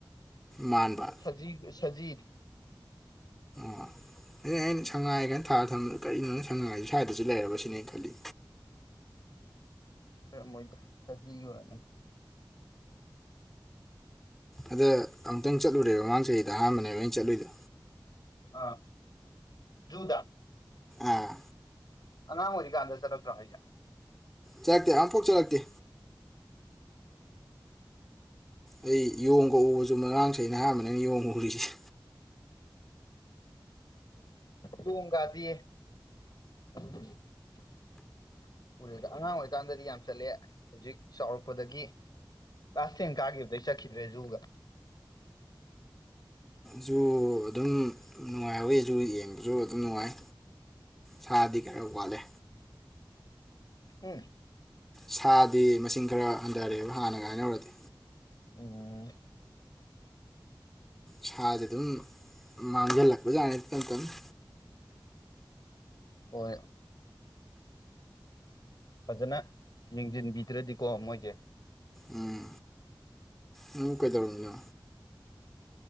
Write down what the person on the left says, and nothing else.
ꯁꯖꯤ ꯁꯖꯤ
ꯃꯣꯏꯗꯣ ꯁꯖꯤ ꯑꯣꯏꯔꯝꯒꯅꯤ
ꯑꯥ ꯖꯨꯗꯥ
ꯑꯉꯥꯡ ꯑꯣꯏꯔꯤꯀꯥꯟꯗ ꯆꯠꯂꯛꯇ꯭ꯔꯣ ꯍꯥꯏꯖꯦ?
ꯌꯣꯡ ꯀꯗꯤ <unintelligible> ꯑꯔꯦꯗ, ꯑꯉꯥꯡ ꯑꯣꯏꯔꯤ ꯀꯥꯟꯗꯗꯤ ꯌꯥꯝ ꯆꯠꯂꯦ ꯍꯧꯖꯤꯛ ꯆꯥꯎꯔꯛꯄꯗꯒꯤ ꯀ꯭ꯂꯥꯁ ꯇꯦꯟ ꯀꯥꯈꯤꯕꯗꯩ ꯆꯠꯈꯤꯗ꯭ꯔꯦ ꯖꯨꯒꯥ
ꯎꯝ
ꯎꯝ
ꯍꯣꯏ ꯐꯖꯅ ꯌꯦꯡꯁꯤꯟꯕꯤꯗ꯭ꯔꯗꯤꯀꯣ ꯃꯣꯏꯁꯦ